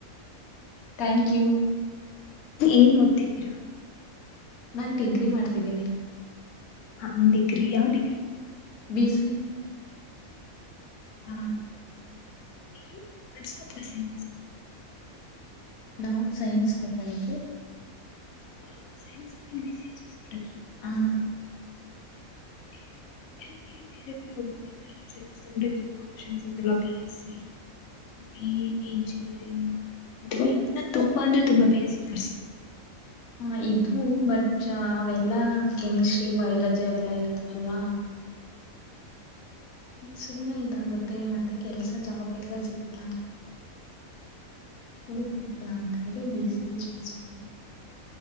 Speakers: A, on the left; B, on the left.
A: ಥ್ಯಾಂಕ್ ಯು
B: ಏನ್ ಓದ್ತಿದ್ದೀರಾ
A: ನಾನ್ ಡಿಗ್ರಿ ಮಾಡ್ತಿದ್ದೀನಿ
B: ಹಾ ಡಿಗ್ರಿ ಯಾವ್ ಡಿಗ್ರಿ
A: ಬಿ ಸಿ ಎ ಹ
B: ಪ ಯು ಕಮರ್ಸ್ ಅಥವಾ ಸೈನ್ಸ್
A: ನಾವು ಸೈನ್ಸ್ ತಗೊಂಡಿದ್ದೆ
B: ಹ ಸೈನ್ಸ್ೊಂ <unintelligible> ಡ ಚೂಸ್ ಮಾಡ
A: ಹಾ
B: ಓಕೆ. ಯಾಕೆ ಬೇರೆ ಕಡೆ ಹೋಗ್ಬೋತ್ತಲ್ಲ ಸೈನ್ಸ್ ತಂದ್ರೆ ತುಂಬಾ ಆಪ್ಷನ್ಸ್ ಇತ್ತಲ್ಲ ಬಿ ಎಸ್ಸ ಬಿ ಇಂಜಿನಿಯರಿಂಗ್ ಅಥವಾ ಇನ್ನು ತುಂಬಾ ಅಂದ್ರೆ ತುಂಬಾ ಬಿಸ ನರ್ಸಿಂಗ್
A: ಹ ಇದು ಬಟ್ ಅವೆಲ್ಲಾ ಕೆಮಿಸ್ಟ್ರಿ ಬಯಾಲಜಿ ವೆ <unintelligible> ಲ್ಲ ಇರ್ತಾವಲ್ವಾ ಸುಮ್ಮನೆ ಇದಾಗುತ್ತೆ ಮತ್ತೆ ಕೆಲ್ಸ ಜಾಬ್ ಬೇಗ ಸಿಗತಾ ಕುಡುಲಾಂತ ಹೇಳೇಳಿ ಬಸಎ ಚಸ್ ಮಾಡಿ <unintelligible>